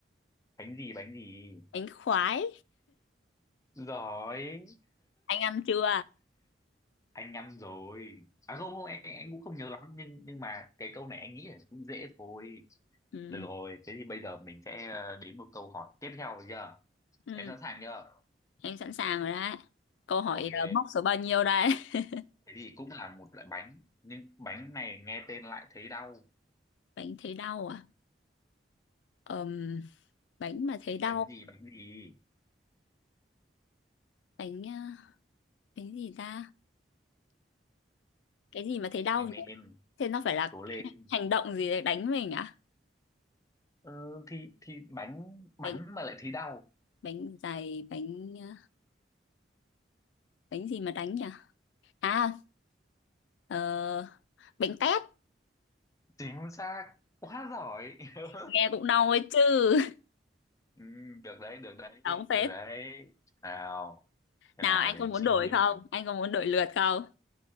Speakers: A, on the left; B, on the left.
A: bánh gì bánh gì
B: bánh khoái
A: giỏi
B: anh ăn chưa
A: anh ăn rồi à không không anh, anh cũng không nhớ lắm nhưng nhưng mà cái câu này anh nghĩ là cũng dễ thôi
B: ừ.
A: được rồi thế thì bây giờ mình sẽ ờ, đến một câu hỏi tiếp theo được chưa
B: Ừ.
A: em sẵn sàng chưa
B: Em sẵn sàng rồi đấy. Câu hỏi
A: ok
B: ờ, móc số bao nhiêu đây? <laughs>
A: thế thì cũng là một loại bánh nhưng bánh này nghe tên lại thấy đau
B: Bánh thấy đau à? Ờm, bánh mà thấy đau.
A: bánh gì bánh gì
B: Bánh ờ, bánh gì ta? Cái gì mà thấy đau
A: anh
B: nhỉ?
A: em
B: Thế nó phải là
A: cố lên
B: hành động gì để đánh mình à?
A: Ờ, thì thì bánh bánh
B: Bánh
A: mà lại thấy đau
B: bánh dày, bánh ờ, bánh gì mà đánh nhỉ? À, ờ, bánh tét.
A: chính xác quá giỏi <laughs>
B: Nghe cũng đau ấy chứ. <laughs>
A: ừ, được đấy được đấy
B: Đau phết.
A: được đấy nào cái
B: Nào
A: nào
B: anh
A: để
B: có
A: anh
B: muốn
A: suy
B: đổi
A: nghĩ
B: không?
A: nào
B: Anh có muốn đổi lượt không?